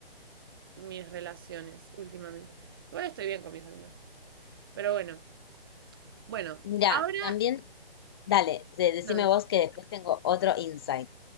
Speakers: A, on the right (about 25°); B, on the left (about 25°).
A: mis relaciones últimamente. Igual estoy bien con mis amigos. Pero bueno. Bueno,
B: Mira,
A: ahora...
B: también, dale, de- decime
A: No,
B: vos que después tengo otro insight.